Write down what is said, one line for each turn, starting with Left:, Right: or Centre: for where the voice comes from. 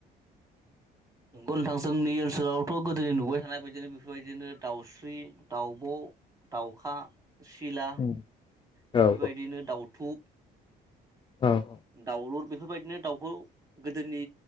Right: नंगौ नोंथां जोंनि ओनसोलावथ गोदोनि नुबाय थानाय बादिनो बेफोरबायदिनो दाउस्रि, दाउब' दाउखा। सिला।
Left: औ
Right: बेफोरबायदिनो
Left: औ
Right: दाउ थुुब।
Left: औ
Right: दाउलुर बेफोरबायदिनो दाउखौ गोदोनि